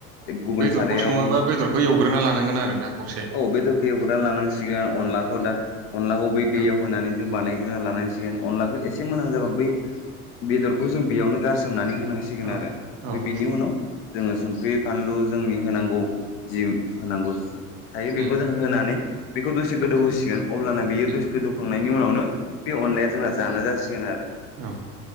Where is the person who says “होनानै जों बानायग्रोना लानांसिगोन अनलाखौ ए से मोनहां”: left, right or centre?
Left